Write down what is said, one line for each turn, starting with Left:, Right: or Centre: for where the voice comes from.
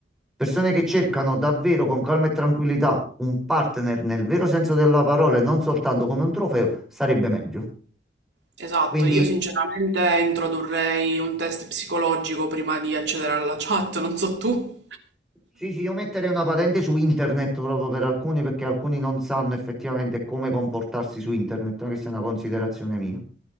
Centre: persone che cercano davvero con calma e tranquillità un partner nel vero senso della parola e non soltanto come un trofeo, sarebbe meglio.
Right: Esatto,
Centre: Quindi
Right: io sinceramente introdurrei un test psicologico prima di accedere alla chat, <laughs> non so tu.
Centre: Sì, sì, io metterei una patente su internet proprio per alcuni perché alcuni non sanno effettivamente come comportarsi su internet, anche se è una considerazione mia.